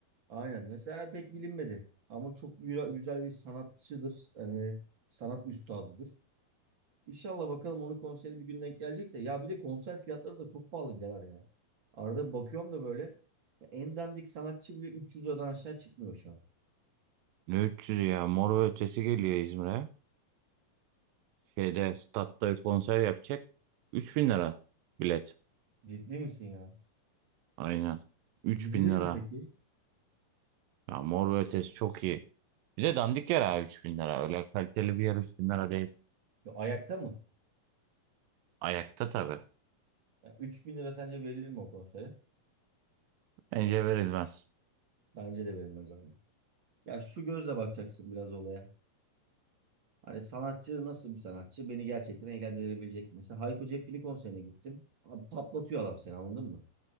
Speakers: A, on the right; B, on the right.
A: Aynen. Mesela pek bilinmedi. Ama çok güzel, güzel bir sanatçıdır. Hani sanat üstadıdır. İnşallah bakalım onun konseri bir gün denk gelecek de. Ya bir de konser fiyatları da çok pahalı birader ya. Arada bakıyorum da böyle. ya en dandik sanatçı bile 300 liradan aşağı çıkmıyor şu an.
B: Ne üç yüz ya Mor ve Ötesi geliyor İzmir'e. Şeyde statta bir konser yapacak. 3000 lira bilet.
A: Ciddi misin ya?
B: Aynen. 3000
A: Gidilir
B: lira.
A: mi peki?
B: Ya Mor ve Ötesi çok iyi. Bir de dandik yer abi 3000 lira. Öyle kaliteli bir yer 3000 lira değil.
A: Ya ayakta mı?
B: Ayakta tabii.
A: Ya 3000 lira sence verilir mi o konsere?
B: Bence verilmez.
A: Bence de verilmez abi. Ya şu gözle bakacaksın biraz olaya. Hani sanatçı nasıl bir sanatçı? Beni gerçekten eğlendirebilecek mi? Mesela Hayko Cepkin'in konserine gittim. Abi patlatıyor adam seni anladın mı?